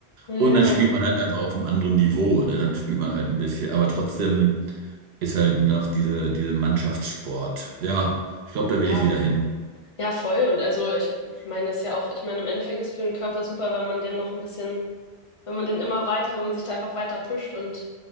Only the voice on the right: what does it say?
Und dann spielt man halt einfach auf einem anderen Niveau, ne? Dann spielt man halt ein bisschen, aber trotzdem ist halt noch diese, diese Mannschaftssport. Ja, ich glaube, da
will ich wieder hin.